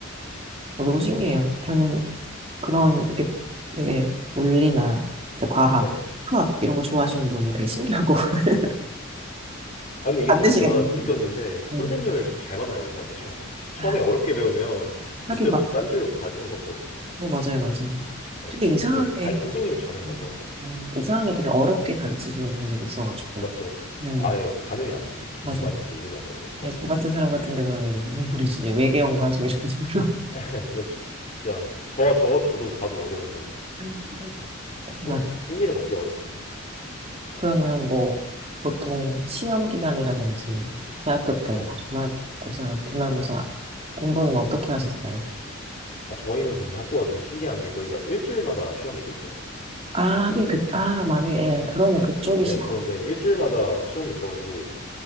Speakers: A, on the right; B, on the left.
A: 어, 너무 신기해요. 저는 그런 게 되게 물리나 이제 과학,
B: 네.
A: 화학 이런 거 좋아하시는 거 되게 신기하고 <laughs>
B: 아 근데 이게
A: 반대시간
B: 제가 제가
A: 있는데.
B: 느꼈는데
A: 네.
B: 선생님을 좀 잘 만나야 되는 것 같아요 처음에.
A: 아,
B: 처음에 어렵게 배우면 그때부터
A: 하긴 막,
B: 딴 길로 가지는 것 같거든요.
A: 네, 맞아요, 맞아요.
B: 예.
A: 근데 이상하게,
B: 전 다행히 선생님을 잘 만나서
A: 음, 음, 이상하게 되게 어렵게 가르치시는 분들이 있어가지고.
B: 맞죠, 맞죠.
A: 네,
B: 아예 가늠이 안 돼요. 무슨
A: 맞아요.
B: 말인지도 이해도 안 되고, 처음에는.
A: 야, 저 같은 사람 같은 경우에는 무슨 소리지? 외계어인가? 좀 이런 식으로.
B: <laughs> 맞죠. 진짜, 저, 저거 저도 봐도 어려운데,
A: <laughs> 막,
B: 청, 흥미를 갖기 어렵죠.
A: 그러면 뭐, 보통 시험 기간이라든지, 대학교 때,
B: 네.
A: 기말고사, 기말고사, 공부는 어떻게 하셨어요?
B: 아, 저희는 근데 학교가 좀 신기한 게 저희가 일주일마다 시험이 있었어요.
A: 아, 하긴 그, 아, 만약에, 예, 그러네, 그쪽이시.
B: 네, 는 네, 일주일마다 시험이 있어가지고,